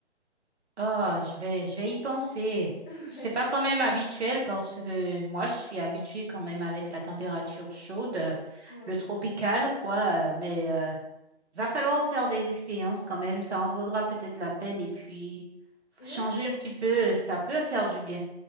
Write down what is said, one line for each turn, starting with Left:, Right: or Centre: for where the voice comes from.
Right: Oh, je vais, je vais y penser.
Left: <laughs>
Right: C'est pas quand même habituel parce que moi, je suis habituée quand même avec la température chaude, euh,
Left: Ouais.
Right: le tropical, quoi. euh, Mais euh, va falloir faire des expériences quand même. Ça en vaudra peut-être la peine. Et puis,
Left: Ouais,
Right: changer un petit peu, euh, ça peut faire du bien.